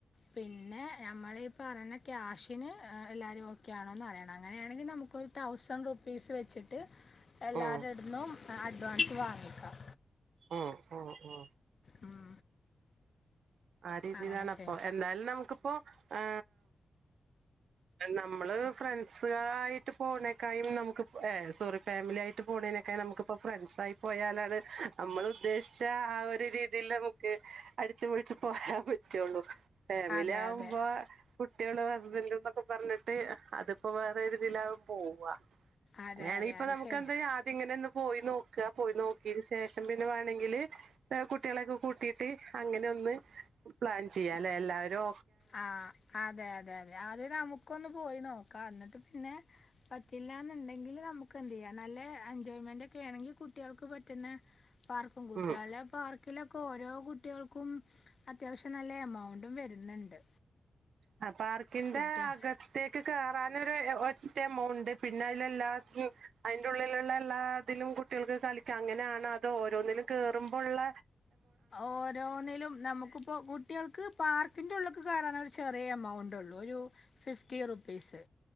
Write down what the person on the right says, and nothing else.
ഉം
ആ ആ ആ
ആ രീതിയിലാണ്
അപ്പൊ
എന്താലും നമുക്കിപ്പോ ആ നമ്മള് ഫ്രണ്ട്സ്‌കളായിട്ട് പോണേക്കായും നമുക്ക് ഏ സോറി ഫാമിലി ആയിട്ട് പോണേനേക്കാ നമുക്ക് ഇപ്പൊ ഫ്രണ്ട്സ ആയി പോയാലാണ് നമ്മൾ ഉദ്ദേശിച്ച ആ ഒരു രീതിൽ നമുക്ക് അടിച്ചു പൊളിച്ച് പോരാൻ പറ്റുള്ളൂ ഫാമിലി
ആവുമ്പോ
കുട്ടികളും ഹസ്ബൻഡുംന്നൊക്കെ പറഞ്ഞിട്ട് അതിപ്പോ വേറെ ഒരുരിതിലാകും പോവാ
അങ്ങനെയാണെ
ഇപ്പൊ
നമുക്ക്
എന്താ അദ്യം ഇങ്ങനെ ഒന്ന് പോയി നോ ക്ക പോയി നോക്കിയന് ശേഷം പിന്നെ വേണെങ്കില് കുട്ടികളെൊക്കെ കൂട്ടിയിട്ട് അങ്ങനെ ഒന്ന് പ്ലാൻ ചെയ്യാല്ലേ എല്ലാരും
ഉം
ആ പാർക്കിന്റെ
അക ത്തേക്ക് കയറാന ഒരു ഒറ്റ എമൗണ്ട് പിന്നെ അതിലെല്ലാ അതിന്റെ ഉള്ളിലുള്ള എല്ലാതിലും കുട്ടികൾക്ക് കളിക്കാം അങ്ങനെയാണ് അത് ഓരോന്നിലും കേറുമ്പോ ഉള്ള